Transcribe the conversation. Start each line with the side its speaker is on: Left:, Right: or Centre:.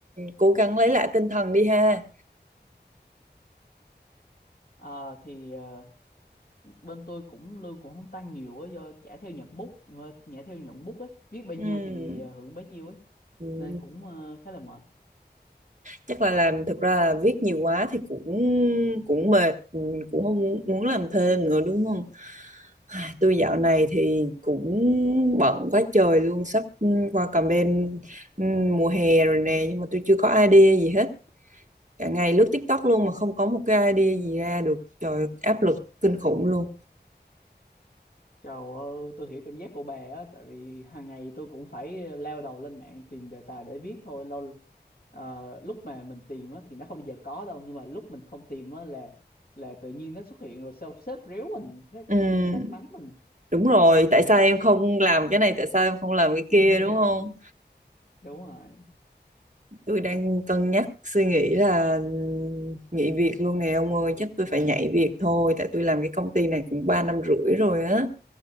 Right: cố gắng lấy lại tinh thần đi ha
Left: ờ, thì ờ, bên tôi cũng lương cũng không tăng nhiều á do trả theo nhận bút ờ, trả theo nhận bút ấy viết bao
Right: Ừm,
Left: nhiêu thì ờ, hưởng bấy nhiêu ấy
Right: ừm,
Left: nên cũng ờ, khá là mệt
Right: chắc là làm thực ra là viết nhiều quá thì cũng cũng mệt ừm, cũng không muốn, muốn làm thêm nữa đúng không À, tôi dạo này thì cũng bận quá trời luôn sắp ừm, qua campaign ừm, mùa hè rồi nè nhưng mà tôi chưa có idea gì hết cả ngày lướt TikTok luôn mà không có một cái idea gì ra được trời áp lực kinh khủng luôn
Left: Trời ơi, tôi hiểu cảm giác của bà á, tại vì hàng ngày tôi cũng phải leo đầu lên mạng tìm đề tài để viết thôi. Lâu ờ, lúc mà mình tìm á, thì nó không bao giờ có đâu, nhưng mà lúc mình không tìm á, là là tự nhiên nó xuất hiện rồi sao sếp ríu mình, sếp
Right: Ừm,
Left: ờ, sếp mắng mình.
Right: Đúng rồi, tại sao em không làm cái này, tại sao em không làm cái
Left: <laughs>
Right: kia đúng không?
Left: Đúng rồi.
Right: Tôi đang cân nhắc suy nghĩ là nghỉ việc luôn nè ông ơi, chắc tôi phải nhảy việc thôi, tại tôi làm cái công ty này cũng 3 năm rưỡi rồi á.